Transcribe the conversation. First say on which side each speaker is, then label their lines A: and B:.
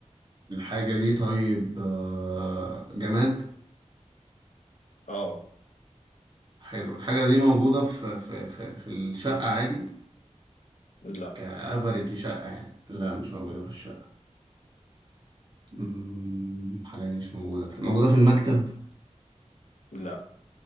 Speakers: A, on the right; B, on the left.
A: الحاجة دي طيب آه، جماد
B: اه
A: حلو الحاجة دي موجودة في في في, في الشقة عادي
B: لا
A: كأفريج شقة يعني لا مش موجودة في الشقة مم، الحاجة دي مش موجودة في موجودة في المكتب
B: لا